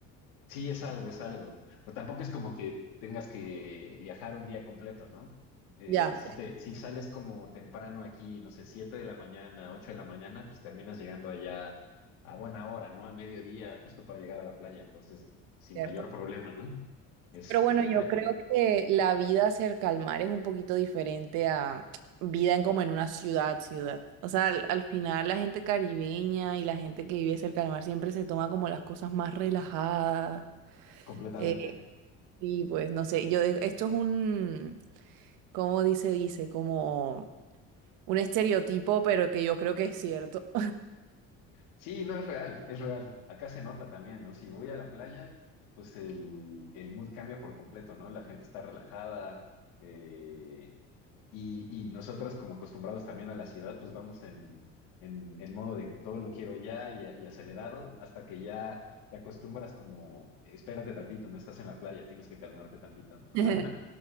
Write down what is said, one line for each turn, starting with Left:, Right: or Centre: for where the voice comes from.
Left: Sí, es algo, es algo. Pero tampoco es como que tengas que viajar un día completo, ¿no? Eh,
Right: Ya,
Left: si
Right: es
Left: te, si sales como temprano aquí, no sé, 7 de la mañana, 8 de la mañana, pues terminas llegando allá a buena hora, ¿no? A mediodía, justo para llegar a la playa. Entonces, sin
Right: cierto.
Left: mayor problema, ¿no? Este,
Right: Pero bueno, yo
Left: pe-
Right: creo que la vida cerca al mar es un poquito diferente a vida en como en una ciudad, ciudad. O sea, al, al final la gente caribeña y la gente que vive cerca al mar siempre se toma como las cosas más relajadas.
Left: completamente.
Right: Eh, y pues no sé, yo eh, esto es un, ¿cómo dice? Dice, como un estereotipo, pero que yo creo que es cierto.
Left: Sí, no es real, es real. Acá se nota también, ¿no? Si voy a la playa, pues el, el mood cambia por completo, ¿no? La gente está relajada, eh, Y, y nosotros, como acostumbrados también a la ciudad, pues vamos en, en, en modo de todo lo quiero ya y, y acelerado, hasta que ya te acostumbras como, espérate tantito, no estás en la playa, tienes que calmarte tantito.
Right: <laughs>
Left: <laughs>